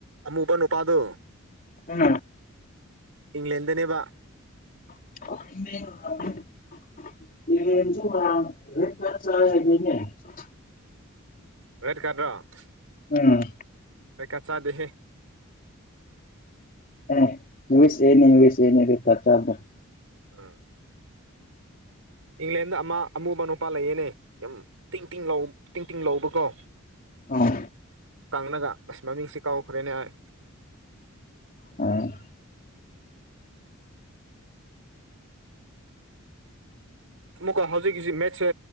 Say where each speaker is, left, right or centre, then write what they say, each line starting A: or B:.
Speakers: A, on the right; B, on the left.
A: ꯑꯃꯨꯕ ꯅꯨꯄꯥꯗꯣ
B: ꯎꯝ
A: ꯏꯪꯂꯦꯟꯗꯅꯦꯕ
B: <unintelligible> <unintelligible>
A: <unintelligible>
B: ꯎꯝ
A: ꯔꯦꯗ ꯀꯥꯗ ꯆꯥꯗꯦꯍꯦ
B: <unintelligible>
A: ꯎꯝ ꯏꯪꯂꯦꯟꯗ ꯑꯃ ꯑꯃꯨꯕ ꯅꯨꯄꯥ ꯂꯩꯌꯦꯅꯦ ꯌꯥꯝ ꯇꯤꯡ ꯇꯤꯡ ꯂꯥꯎ ꯇꯤꯡ ꯇꯤꯡ ꯂꯥꯎꯕꯀꯣ
B: ꯑꯣ
A: ꯀꯪꯂꯒ ꯑꯁ ꯃꯃꯤꯡꯁꯦ ꯀꯥꯎꯈ꯭ꯔꯦꯅꯦ ꯍꯣꯏ
B: ꯑꯝ
A: ꯑꯃꯨꯛꯀ ꯍꯧꯖꯤꯛꯀꯤꯁꯤ ꯃꯦꯠꯁꯦ